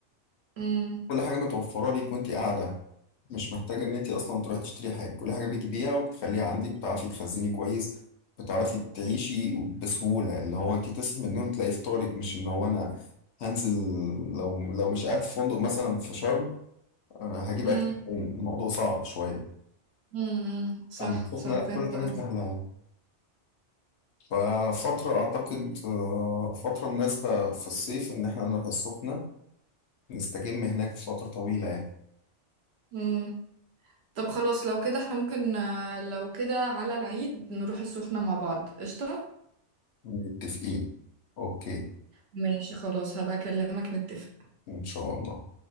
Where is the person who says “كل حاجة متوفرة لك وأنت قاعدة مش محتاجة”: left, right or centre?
Left